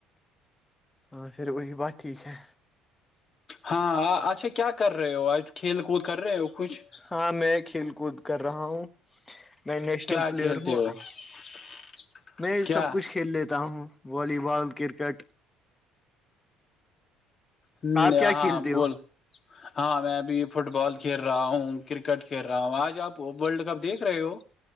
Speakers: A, on the left; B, on the left.
A: ہاں پھر وہی بات ٹھیک ہے
B: ہاں اچھا کیا کر رہے ہو آج کھیل کود کر رہے ہو کچھ
A: ہاں میں کھیل کود کر رہا ہوں میں نیشنل
B: کیا
A: پلیئر
B: کھیلتے
A: ہوں
B: <inaudible>
A: میں
B: کیا
A: سب کچھ کھیل لیتا ہوں والی بال کرکٹ
B: ہاں
A: آپ کیا کھیلتے
B: بول
A: ہو
B: ہاں میں ابھی فٹ بال کھیل رہا ہوں کرکٹ کھیل رہا ہوں آج آپ ورلڈ کپ دیکھ رہے ہو